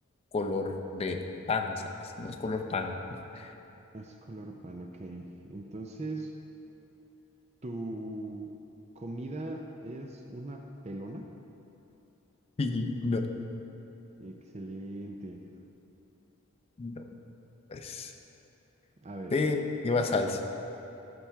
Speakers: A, on the left (about 25°); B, on the right (about 30°).
A: color de pan, ¿sabes? No es color pan. <laughs>
B: es color pan, ok. Entonces, ¿tu comida es una pelona?
A: Y no,
B: Excelente.
A: no, pues.
B: A ver,
A: Te lleva salsa,